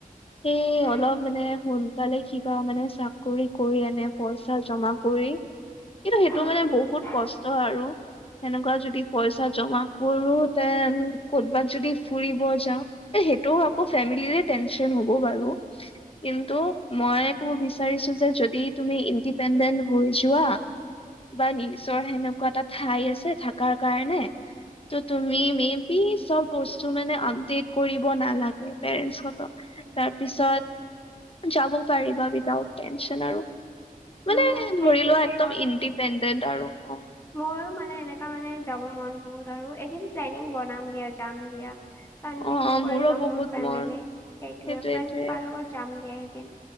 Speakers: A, on the left; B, on the left.
A: সেই
B: উম
A: অলপ মানে সোন সোনকালে কিবা মানে চাকৰি কৰি, এনে পইচা জমা কৰি- কিন্তু সেইটো
B: উম
A: মানে বহুত
B: উম
A: কষ্ট আৰু। সেনেকুৱা যদি পইচা জমা কৰো তেন কৰ'বাত যদি ফুৰিব যাওঁ, সেইটোও আকৌ ফেমিলিৰে টেনচন হ'ব বাৰু। কিন্তু মই ক'ব বিচাৰিছো যে, যদি তুমি ইণ্ডিপেণ্ডেণ্ট হৈ যোৱা। বা নিজৰ সেনেকুৱা এটা ঠাই আছে, থাকাৰ কাৰণে, ত' তুমি মিম পি চব বস্তু মানে আপডেট কৰিব নালাগে, পেৰেণ্টছ হতক। তাৰপিছত যাব পাৰিবা উইদাউট টেনচন আৰু। মানে
B: উম
A: ধৰি
B: সেইটোতো
A: লোৱা, একদম ইণ্ডিপেণ্ডেণ্ট আৰু অঁ
B: মই মানে এনেকা মানে যাব মন বহুত আৰু, এদিন প্লেনিং বনাম গে, যাম দিয়া। কনভিনচ
A: অ', অ',
B: কৰি
A: মোৰো
B: ল'ম
A: বহুত
B: মোৰ ফেমিলিক,
A: মন
B: সেইটোৱে
A: সেইটোৱেইটোৱে।
B: ফ্ৰেণ্ডচ সোপাৰ লগত যাম গে এদিন।